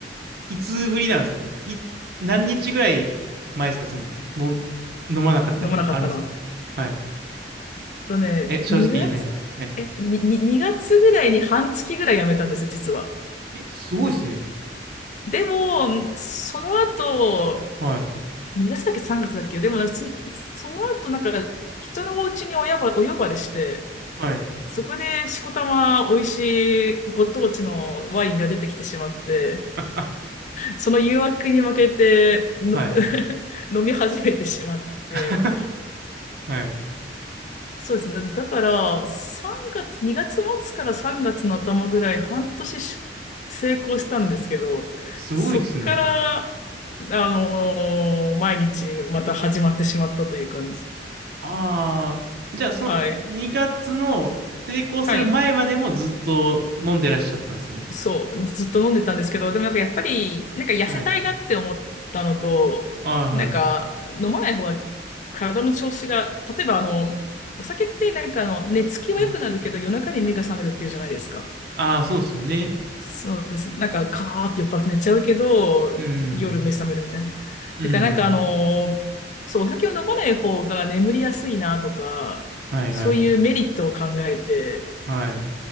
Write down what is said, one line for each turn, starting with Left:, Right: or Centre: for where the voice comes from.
Right: いつぶりなんですかい、何日ぐらい前ですかその、の、飲まなかった日あるんですかはい。
Left: <laughs> 飲まなかったの。えっとね、
Right: え、正直言えない。
Left: 2月、
Right: はい。
Left: え、に、に2月ぐらいに半月ぐらい辞めたんですよ、実は。
Right: え、すごいですね。
Left: でも、その後、
Right: はい。
Left: 2月だっけ3月だっけでもなんかそ、その後なんか、人のお家に親ば、お呼ばれして、
Right: はい。
Left: そこでしこたま美味しいご当地のワインが出てきてしまって、
Right: <laughs>
Left: その誘惑に負けての
Right: はい。
Left: <laughs> 飲み始めてしまって、
Right: <laughs> はい。
Left: そうですね。だから3月、2月末から3月の頭ぐらい半年し成功したんですけど、
Right: すごいですね。
Left: そっから、あのー毎日また始まってしまったという感じ。
Right: ああ、じゃあその2月の成功する前までもずっと飲んでらっしゃったんですね。
Left: はい。はい。そう、ずっと飲んでたんですけど、でもなんかやっぱり、なんか痩せたいなって思ったのと、
Right: はい。ああはい。
Left: なんか飲まない方が体の調子が、例えばあの、お酒ってなんかあの、寝つきは良くなるけど夜中に目が覚めるっていうじゃないですか。
Right: はい。ああ、そうですよね。
Left: そうです。なんかカーって酔っ払って寝ちゃうけど、
Right: うん。
Left: 夜目覚めるみたいな。
Right: うん。
Left: だかなんかあの、そう、お酒を飲まない方が眠りやすいなとか、
Right: はいはい。
Left: そういうメリットを考えて、
Right: はい。